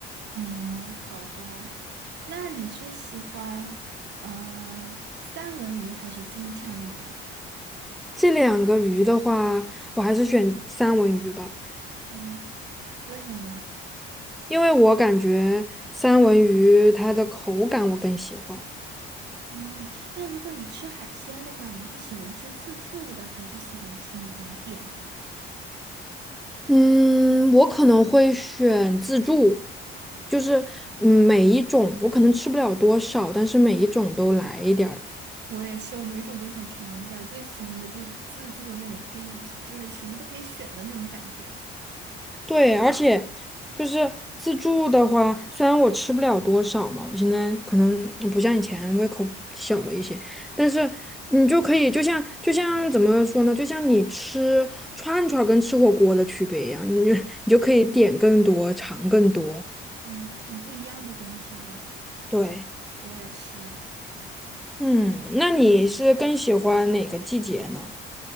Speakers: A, on the right; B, in the centre.
A: 嗯，好吧，那你是喜欢呃三文鱼还是金枪鱼啊？
B: 这两个鱼的话，我还是选三文鱼吧，
A: 嗯，为什么？
B: 因为我感觉三文鱼它的口感我更喜欢。
A: 嗯，那如果你吃海鲜的话，你是喜欢吃自助的，还是喜欢吃那种点的？
B: 嗯，我可能会选自助，就是嗯每一种我可能吃不了多少，但是每一种都来一点儿。
A: 我也是，我每种都想尝一下。我最喜欢的就是自助的那种，可以就是什么都可以选的那种感觉了。
B: 对，而且就是自助的话，虽然我吃不了多少嘛，我现在可能不像以前胃口小了一些，但是你就可以，就像就像怎么说呢，就像你吃串串儿跟吃火锅的区别一样，你就你就可以点更多，尝更多。
A: 嗯，尝不一样的东西哈。
B: 对，
A: 我也是。
B: 嗯，那你是更喜欢哪个季节呢？